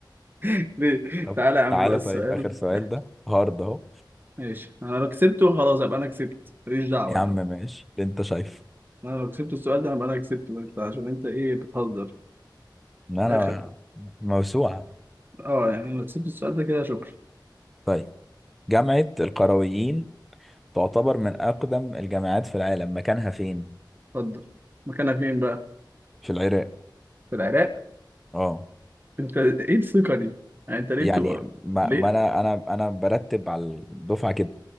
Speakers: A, on the right (about 25°); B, in the centre.
A: <laughs> ليه
B: طب
A: تعالى يا عم
B: تعالى
A: بقى السؤال
B: طيب آخر سؤال
A: <laughs>
B: ده هارد أهو
A: ماشي أنا لو كسبته خلاص أبقى أنا كسبت ماليش دعوة
B: يا عم
A: أنا
B: ماشي اللي أنت شايفه
A: انا لو كسبت السؤال ده هبقى انا كسبت بقى انت عشان انت ايه بتهزر
B: إن أنا
A: الاخر
B: موسوعة
A: اه يعني انا لو كسبت السؤال ده كده شكرا
B: طيب جامعة القرويين تعتبر من أقدم الجامعات في العالم مكانها فين؟
A: اتفضل مكانها فين بقى
B: في العراق
A: في العراق
B: اه
A: انت ايه الثقة دي يعني انت ليه
B: يعني
A: بتبقى
B: ما,
A: ليه
B: ما أنا أنا أنا برتب على الدفعة كده